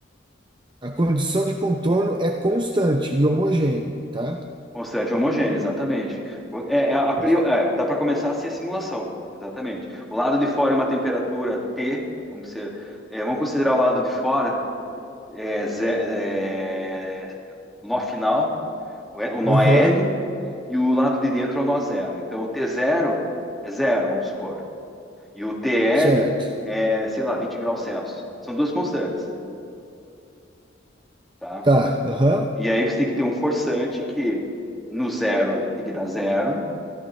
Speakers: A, on the right; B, in the centre.
A: a condição de contorno é constante e homogênea, tá?
B: Constante e homogêneo, exatamente. É, é a priori,
A: Cons-
B: é, dá para começar assim a simulação, exatamente. O lado de fora é uma temperatura T, vamos, ser, é, vamos considerar o lado de fora é, ze- é, nó final. O E- o nó
A: Aham,
B: é L e o lado de dentro é o nó zero. Então, o t zero é zero, vamos supor. E o T L
A: certo.
B: é, sei lá, 20 graus Celsius. São duas constantes, tá?
A: Tá, aham.
B: E aí você tem que ter um forçante que no zero tem que dar zero